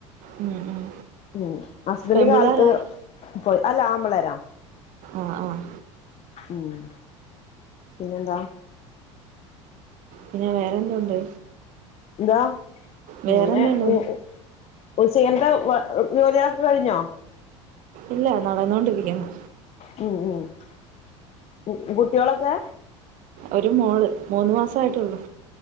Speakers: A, on the right; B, on the left.
A: ഉം ഉം
B: ഹ്മ്മ്, ഹസ്ബൻഡ്
A: പെമ്പിള്ളാരാ
B: കാലത്ത് പോയി അല്ല ആൺപിള്ളാരാ
A: ആഹ് ആഹ്
B: ഹ്മ്മ്, പിന്നെന്താ
A: പിന്നെ വേറെന്തുണ്ട്
B: എന്തുവാ
A: വേറെന്താണ്
B: ഇങ്ങനെ <unintelligible> ഉച്ചകത്തെ <unintelligible> ജോലികളൊക്കെ കഴിഞ്ഞോ?
A: ഇല്ല നടന്നോണ്ടിരിക്കുന്നു.
B: ഹ്മ്മ്, ഹ്മ്മ് കുട്ടിയേലൊക്കെ
A: ഒരു മോള് മൂന്ന് മാസായിട്ടൊള്ളൂ.